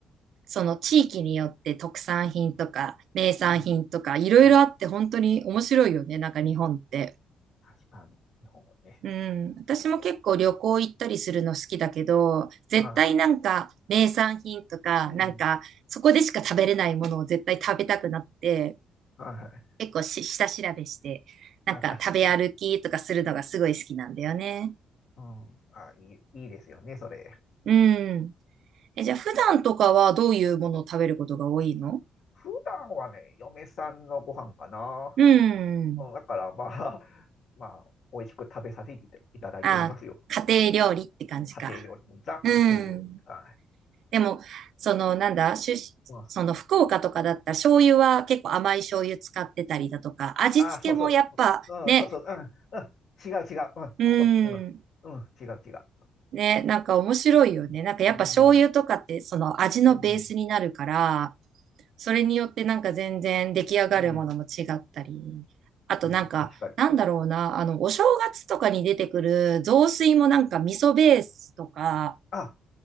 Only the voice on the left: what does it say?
うん。うん。あ、
確かに、日本語ね。
はあ、うん。は
い、あ。確かに。うん。あ、いい、いいですよね、それ。
普段はね、嫁さんのご飯かな。
うん、だからまあ、<laughs> まあ、美味しく食べさせていただいておりますよ。
家庭料理。ザ家庭料理。
はい。
うん、
ああ、そうそう。うん、そうそう。うん、うん、違う違う。うん、
ここ、うん、
うん、違う違う。
うん、
うん、うん、
うん、
うん、確かに。
あ、